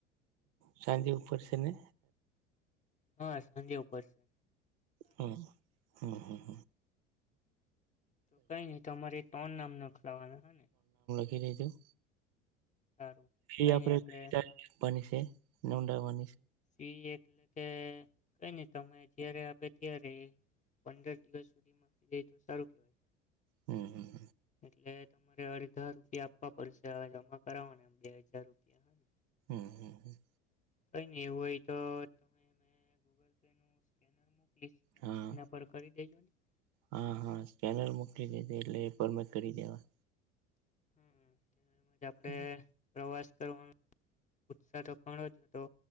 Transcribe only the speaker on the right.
સાંજે ઉપર છે ને
હમ. હમ હા.
ધુ <unintelligible>
એ
આપડેવાની
<unintelligible> તે નડાવા <unintelligible>
હમ. હમ.
હમ. હમ. હ.
હા
હા. હા. સ્કેનર મોકલી દેધે એટલે એ પરમે કરી દેવા.
હમ